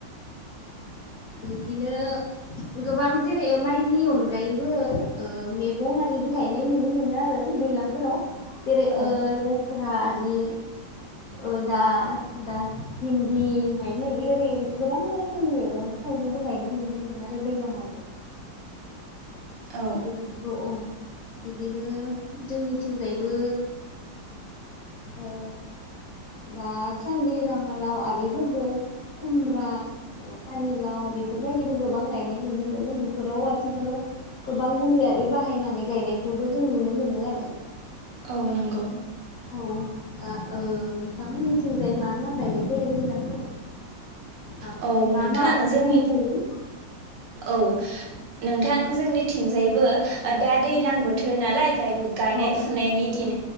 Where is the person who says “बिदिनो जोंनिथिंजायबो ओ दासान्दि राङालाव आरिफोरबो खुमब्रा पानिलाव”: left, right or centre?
Left